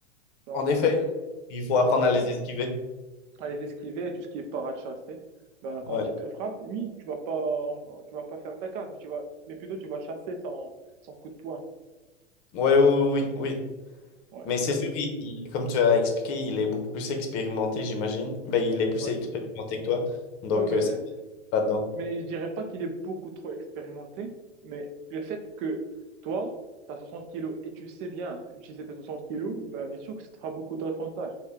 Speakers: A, on the right; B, on the left.
A: Genre,
B: en effet,
A: euh,
B: il faut
A: ouais,
B: apprendre
A: c'est
B: à
A: ça.
B: les esquiver.
A: À les esquiver, tout ce qui est parade chassée. Ben quand
B: Ouais.
A: il te frappe, lui, tu vas pas, tu vas pas faire ta carte, mais tu vas, mais plutôt tu vas chasser son, son coup de poing.
B: Ouais, oui, oui, oui.
A: Ouais,
B: Mais c'est sûr, il- il- comme tu as expliqué, il est beaucoup plus expérimenté, j'imagine. Ben, il est plus
A: ouais,
B: expérimenté que toi. Donc,
A: ouais, mais
B: euh, ça pas dedans.
A: Mais je dirais pas qu'il est beaucoup trop expérimenté, mais le fait que toi, tu as 60 kilos et tu sais bien utiliser tes 60 kilos, ben bien sûr que ça te fera beaucoup d'avantages.